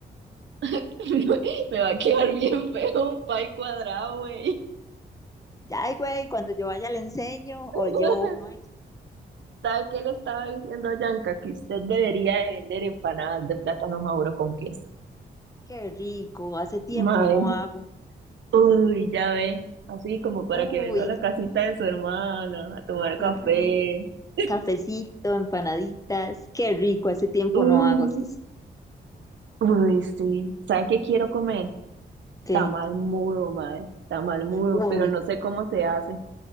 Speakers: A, on the right; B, on the left.
A: <laughs> Me va a quedar bien feo un pie cuadrado, güey.
B: Ya, ay, güey, cuando yo vaya le enseño
A: <laughs>
B: o llevo uno hecho.
A: ¿Sabe qué le estaba diciendo a Yanka? Que usted debería de vender empanadas de plátano maduro con queso.
B: Qué rico, hace tiempo
A: Mae,
B: no hago.
A: uy, ya ve, así como para
B: Uy,
A: que venga a la casita de su hermana a tomar café.
B: mm,
A: <laughs>
B: cafecito, empanaditas. Qué rico, hace tiempo
A: Uh,
B: no hago así.
A: uy, sí. ¿Sabe qué quiero comer?
B: ¿Qué?
A: Tamal mudo, mae, tamal mudo,
B: Uy,
A: pero no sé cómo se hace.